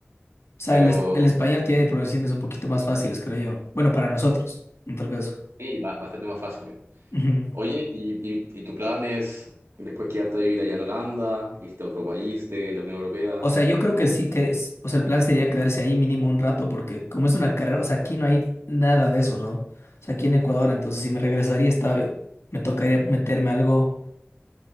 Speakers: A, on the left; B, on the right.
A: O sea,
B: pero
A: el, es- el español tiene pronunciaciones un poquito más fáciles, creo yo. Bueno, para nosotros, en tal caso.
B: sí, ba- bastante más fácil. eh.
A: Ujú.
B: Oye, ¿y, y, y tu plan es después quedarte a vivir allá en Holanda, irte a otro país de la Unión Europea?
A: O sea, yo creo que sí que, es- o sea, el plan sería quedarse ahí mínimo un rato, porque como es una carrera, o sea, aquí no hay nada de eso, ¿no? O sea, aquí en Ecuador, entonces si me regresaría, estaba, me tocaría meterme a algo